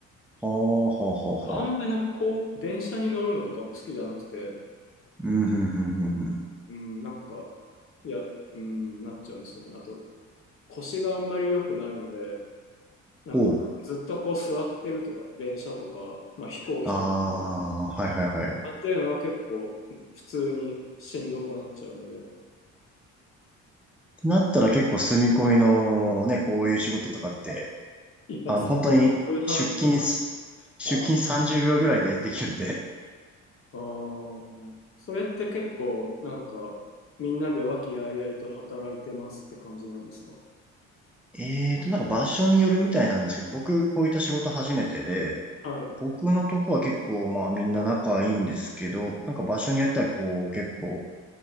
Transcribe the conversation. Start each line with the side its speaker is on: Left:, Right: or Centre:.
Centre: はあ、はあ、はあ、
Left: あんまりなんかこう、
Centre: はあ。
Left: 電車に乗るのとかも好きじゃなくて、
Centre: うん、ふん、ふん、ふん、ふん。
Left: うん、なんか、いや、うん、なっちゃうんですよね。あと、腰があんまり良くないので、なんか、
Centre: ほう。
Left: ずっとこう座ってるとか、電車とか、まあ飛行機とか、
Centre: ああ、はい、はい、はい。っ
Left: 座ってるのは結構普通にしんどくなっちゃうので、
Centre: てなったら結構住み込みのね、こういう仕事とかって、
Left: いや、
Centre: あの、
Left: そ
Centre: 本当に出勤す、
Left: ういう話に、
Centre: 出勤30秒ぐらいでできるんで。
Left: ああー、それって結構、なんか、みんなで和気あいあいと働いてますって感じなんですか
Centre: えーと、なんか場所によるみたいなんですけど、僕、こういった仕事初めてで、
Left: はい。
Centre: 僕のとこは結構、まあみんな仲いいんですけど、なんか場所によってはこう、結構、